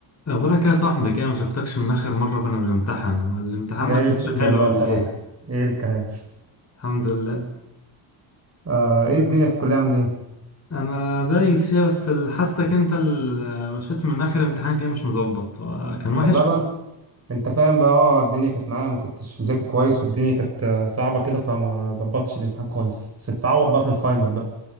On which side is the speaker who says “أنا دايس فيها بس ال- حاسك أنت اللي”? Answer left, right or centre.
Left